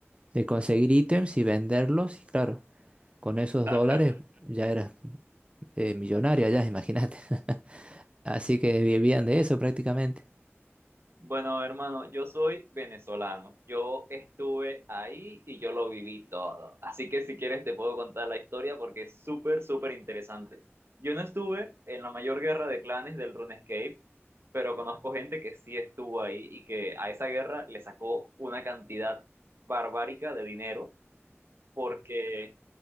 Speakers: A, on the right; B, on the right.
A: de conseguir ítems y venderlos, y claro, con esos
B: <laughs>
A: dólares ya eras eh, millonario, ya, imagínate. <laughs> Así que vivían de eso prácticamente.
B: Bueno, hermano, yo soy venezolano. Yo estuve ahí y yo lo viví todo. Así que si quieres te puedo contar la historia porque es súper, súper interesante. Yo no estuve en la mayor guerra de clanes del RuneScape, pero conozco gente que sí estuvo ahí y que a esa guerra le sacó una cantidad barbárica de dinero porque,